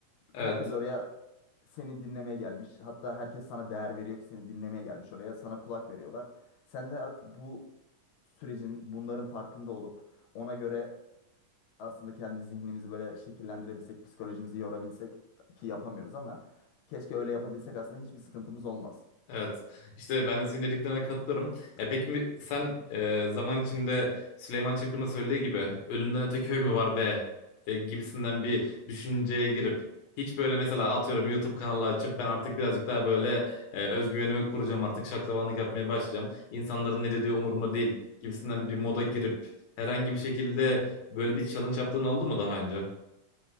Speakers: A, on the left; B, on the left.
A: Evet.
B: Herkes oraya seni dinlemeye gelmiş. Hatta herkes sana değer veriyor ki seni dinlemeye gelmiş oraya. Sana kulak veriyorlar. Sen de bu sürecin bunların farkında olup ona göre aslında kendi zihnimizi böyle şekillendirebilsek, psikolojimizi yorabilsek ki yapamıyoruz ama keşke öyle yapabilsek aslında hiçbir sıkıntımız olmaz.
A: Evet. İşte ben de senin dediklerine katılırım. Ya peki mi- sen e, zaman içinde Süleyman Çakır'ın söylediği gibi ölümden öte köy mü var be e, gibisinden bir düşünceye girip hiç böyle mesela atıyorum YouTube kanalı açıp ben artık birazcık daha böyle e, özgüvenimi kuracağım artık şaklabanlık yapmaya başlayacağım. İnsanların ne dediği umurumda değil gibisinden bir moda girip herhangi bir şekilde böyle bir challenge yaptığın oldu mu daha önce?